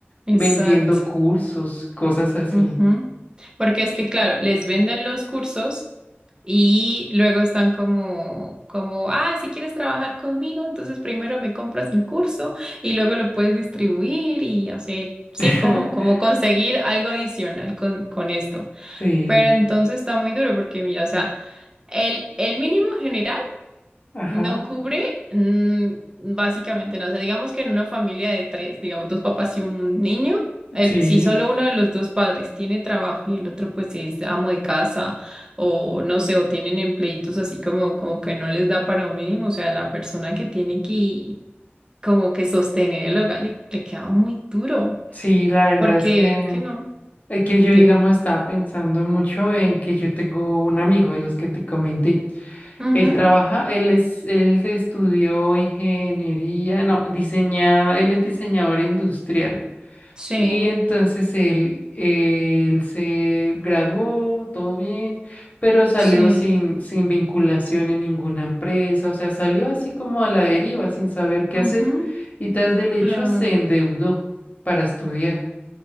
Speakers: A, on the right; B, on the left.
A: exacto.
B: vendiendo cursos, cosas así.
A: Ujú. Porque es que, claro, les venden los cursos y luego están como, como, ah, si quieres trabajar conmigo, entonces primero me compras mi curso y luego lo puedes distribuir y hacer, sí,
B: <laughs>
A: como, como conseguir algo adicional con, con esto.
B: Sí,
A: Pero entonces está muy duro porque, mira, o sea, el, el mínimo general.
B: ajá,
A: No cubre, mm, básicamente no. O sea, digamos que en una familia de tres, digamos dos papás y un niño, el-
B: sí,
A: si solo uno de los dos padres tiene trabajo y el otro pues es amo de casa o no sé, o tienen empleitos así como, como que no les da para un mínimo, o sea, la persona que tiene que como que sostener el hogar le, le queda muy duro,
B: sí, la verdad
A: porque
B: es que...
A: es que no.
B: Es que yo,
A: De.
B: digamos, estaba pensando mucho en que yo tengo un amigo de los que te comenté.
A: Ujú,
B: Él trabaja, él es, él estudió ingeniería, no, diseña, él es diseñador industrial.
A: Sí,
B: Y entonces él, él se graduó, todo bien, pero salió
A: sí,
B: sin, sin vinculación en ninguna empresa, o sea, salió así como a la deriva, sin saber qué
A: ujú,
B: hacer, y tras del
A: claro.
B: hecho se endeudó para estudiar.